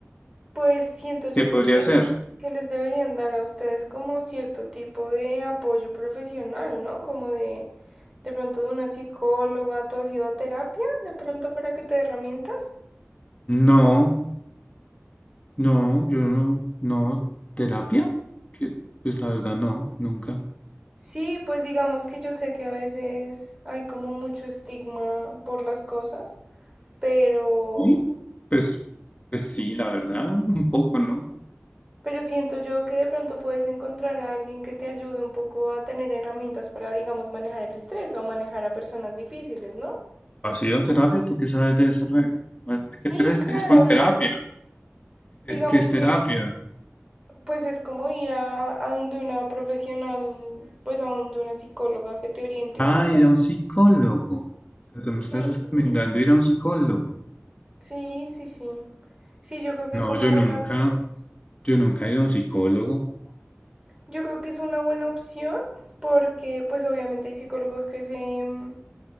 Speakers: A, on the right (about 20°); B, on the left (about 30°).
A: Pues siento yo
B: ¿Qué podría
A: que les,
B: hacer?
A: que les deberían dar a ustedes como cierto tipo de apoyo profesional, ¿no? Como de, de pronto de una psicóloga. ¿Tú has ido a terapia de pronto para que te dé herramientas?
B: No, no, yo no, no, terapia, que pues la verdad no, nunca.
A: Sí, pues digamos que yo sé que a veces hay como mucho estigma por las cosas, pero,
B: Y pues, pues sí, la verdad, un poco, ¿no?
A: pero siento yo que de pronto puedes encontrar a alguien que te ayude un poco a tener herramientas para, digamos, manejar el estrés o manejar a personas difíciles, ¿no?
B: ¿Has ido a terapia? ¿Tú qué sabes de eso luego? ¿A qué
A: Sí,
B: te refieres
A: claro,
B: con
A: digamos,
B: terapia? ¿Qué,
A: digamos
B: qué es
A: que
B: terapia?
A: pues es como ir a, a donde una profesional, pues a donde una psicóloga que te oriente un
B: Ah,
A: poco.
B: ir a un psicólogo. O sea, tú
A: Sí,
B: me estás
A: sí,
B: recomendando
A: sí.
B: ir a un psicólogo.
A: Sí, sí, sí. Sí, yo creo que
B: No,
A: es una
B: yo
A: buena
B: nunca,
A: opción.
B: yo nunca he ido a un psicólogo. O
A: Yo creo que es una buena opción porque pues obviamente hay psicólogos que se mm,